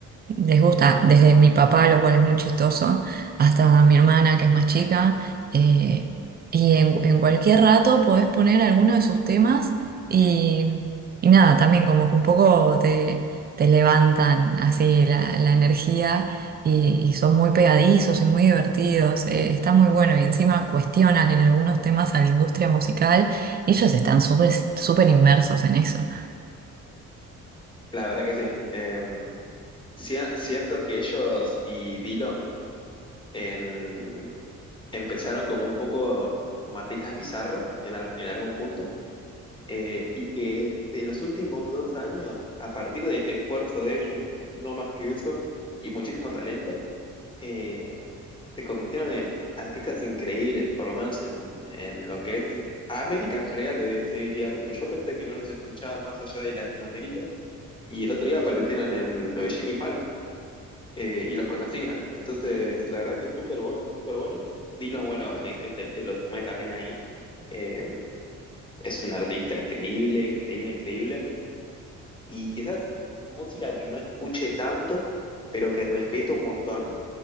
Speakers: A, on the right (about 30°); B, on the left (about 15°).
A: les gusta desde mi papá, lo cual es muy chistoso, hasta mi hermana, que es más chica, eh, y en, en cualquier rato podés poner alguno de sus temas y, y nada, también como que un poco te, te levantan así la, la energía y, y son muy pegadizos y muy divertidos, eh, está muy bueno y encima cuestionan en algunos temas a la industria musical, ellos están súper súper inmersos en eso.
B: La verdad que sí. Em, si- siento que ellos y Dillom en- empezaron como un poco como artistas bizarros en, al- en algún punto. eh, y que en los últimos dos años, a partir de esfuerzo de ellos, no más que eso, y muchísimo talento, eh, se convirtieron en artistas increíbles, por lo menos en, en lo que es América en general, te, te diría, porque yo pensé que no los escuchaban más allá de Latinoamérica, y el otro día aparecieron en lo de Jimmy Fallon, eh, y los conocían. Entonces, la verdad que es súper bueno, súper bueno. Dylan, bueno, eh, que te, te lo sumé también ahí. eh, es un artista increíble, increíble, increíble y quizás música que no escuche tanto, pero que respeto un montón,